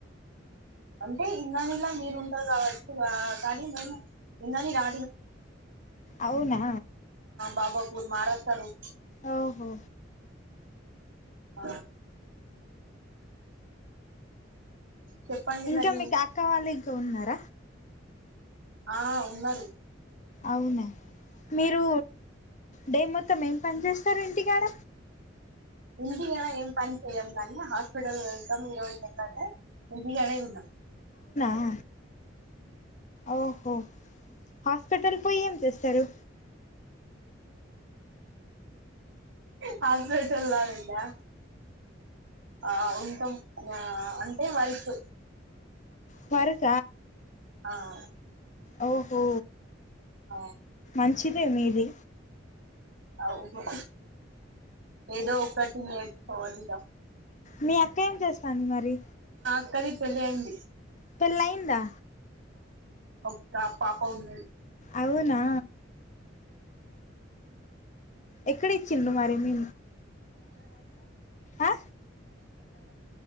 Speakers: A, on the right (about 80°); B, on the left (about 40°).
A: అంటే ఇందని ఇలా మీరు ఉంటారు కావచ్చు కానీ మేము ఇందని రా
B: అవునా
A: బాబా మహారాష్ట్ర ర
B: ఓహో
A: ఆ చెప్పండి
B: ఇంకా
A: మరి
B: మీకు ఎక్కవాలి త ఉన్నర
A: ఆ ఉన్నారు
B: అవునా మీరు డే మోత మొత్తం ఏం పని చేస్తారు ఇంటికాడ
A: ఇంటికలా ఏం పని చేయము కానీ హాస్పిటల్ వెళ్తాం ఈ రోజు ఎంటి కడన్నా
B: ఆన్ ఓహో హాస్పిటల్ పోయి ఏం చేస్తారు
A: హాస్పిటల్లా ఇలా ఆ ఉంటాం ఆ అంటే వర్క్
B: పద
A: ఆ
B: ఓహో
A: ఓ
B: మంచిద మీది
A: ఆ ఉదో ఏదో ఒకటి న పోదికా
B: మీ అక్క ఏం చేస్తాను మరి
A: అది పెళ్ళి అయింది
B: ఫలయిందా
A: ఓ పాప ఉన్నాది
B: అవునా ఎక్కడ ఇచ్చిడు మరి మీ ఆ